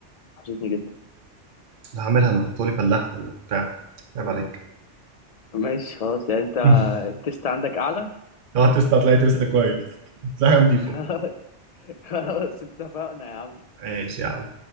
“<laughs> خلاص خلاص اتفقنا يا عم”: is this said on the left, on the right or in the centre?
Left